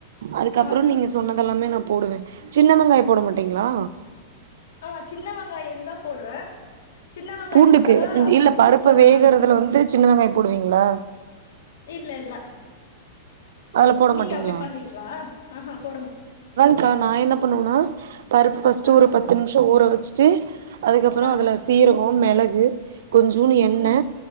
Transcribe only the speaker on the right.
அதுக்கப்புறம்
நீங்க சொன்னதெல்லாமே நான் போடுவேன் சின்ன வெங்காய் போட மாட்டீங்ளா
பூண்டுக்கு
இல்ல
பருப்ப
வேகறதுல
வந்து சின்ன வெங்காயம் போடுவீங்ளா
அதுல போட
மாட்டீங்ளா
க்கா நான் என்ன பண்ணுவனா பருப்பு ஃபர்ஸ்ட்டு
ஒரு பத்து நிமிஷ் ட்டு ஊற வச்சுட்டு அதுக்கப்புறம்
அதுல சீரோ <unintelligible> மெலகு கொஞ்சூன்னு எண்ணை